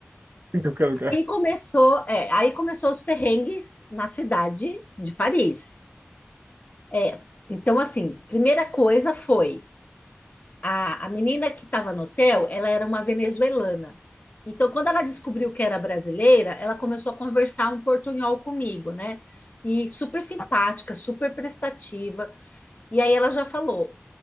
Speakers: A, on the right; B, on the left.
A: <laughs> Em qualquer lugar.
B: Aí começou, é, aí começou os perrengues na cidade de Paris. É, então, assim, primeira coisa foi a, a menina que estava no hotel, ela era uma venezuelana. Então, quando ela descobriu que era brasileira, ela começou a conversar um portunhol comigo, né? E super simpática, super prestativa. E aí ela já falou: